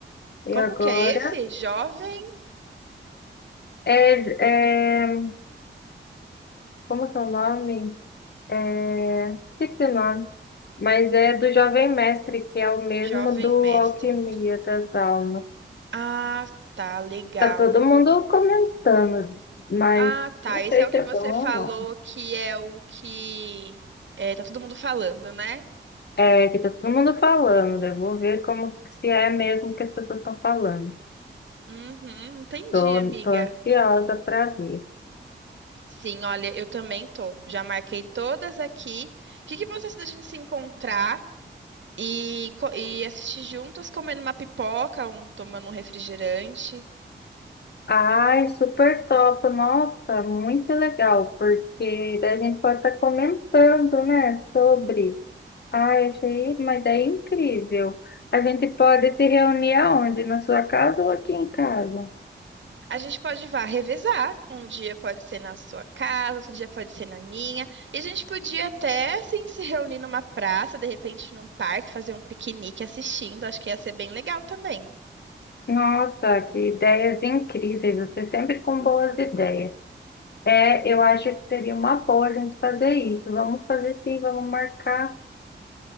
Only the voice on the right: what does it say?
Como
que é esse? Jovem,
jovem
mestre.
Ah, tá, legal.
Ah, tá.
Esse
é o que
você
falou
que é o que é, tá todo mundo falando, né?
Uhum, entendi,
amiga.
Sim, olha, eu também tô. Já marquei todas aqui. O que que você acha da gente se encontrar e, co- e assistir juntas, comendo uma pipoca, um- tomando um refrigerante?
A gente pode vá revezar. Um dia pode ser na sua casa, outro dia pode ser na minha. E a gente podia até, assim, se reunir numa praça, de repente num parque, fazer um piquenique assistindo. Acho que ia ser bem legal também.